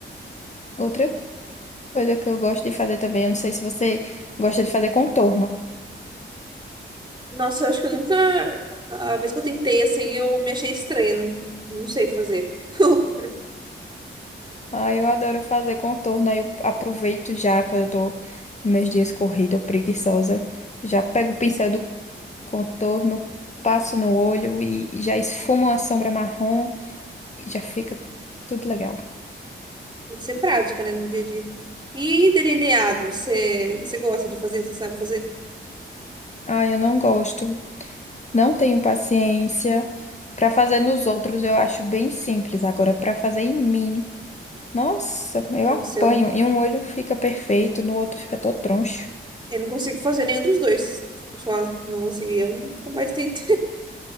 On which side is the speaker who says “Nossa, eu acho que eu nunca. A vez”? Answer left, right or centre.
Right